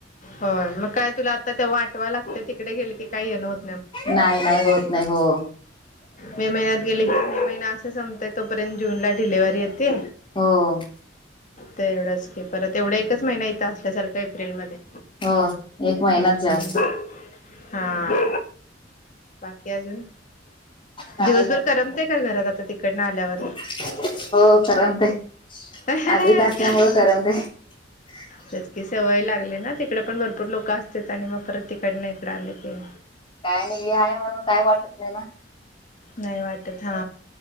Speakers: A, on the left; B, on the left.
A: होय मं काय तुला आता ते आठवाय लागतंय, तिकडे गेली की काय येणं होतं.
B: नाही नाही, होत नाही, हो.
A: मे महिन्यात गेलं की, मे महिना असं संपताय तोपर्यंत, जूनला डिलिव्हरी येते.
B: हो..
A: तेवढंच की, परत एवढा एकच महिना असल्यासारखं एप्रिलमध्ये,
B: हो एक महिनाच
A: हं
B: जास्त
A: हा. ते अजून
B: काय
A: दिवसभर
B: नाही
A: करमतंय का घरात आता, तिकडनं आल्यावर?
B: हो, करमतंय.
A: तेच
B: आधी इथं असल्यामुळे करमतंय. <inaudible>
A: तेच की, सवय लागली ना. तिकडे पण भरपूर लोकं असते आणि मग परत तिकडनं इकडे आले की...
B: काय नाही, ही आहे म्हणून काय वाटत नाही ना.
A: नाही वाटत हा,